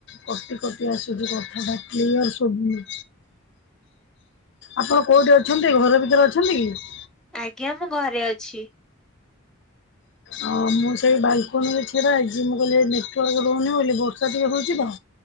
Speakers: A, on the left; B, in the centre.
A: କଟି କଟି ଆସୁଛି କଥା ଟା କ୍ଲିୟର ଶୁଭୁନି। ଆପଣ କୋଉଠି ଅଛନ୍ତି ଘର ଭିତରେ ଅଛନ୍ତି କି?
B: ଆଜ୍ଞା ମୁଁ ଘରେ ଅଛି।
A: ଆ ମୁଁ ସେଇ ବାଲକୋନିରେ ଛିଡାହେଇଛି ମୁଁ କହିଲି ନେଟୱାର୍କ ରହୁନି ବୋଲିି ବର୍ଷା ଟିକେ ହେଉଛି ତ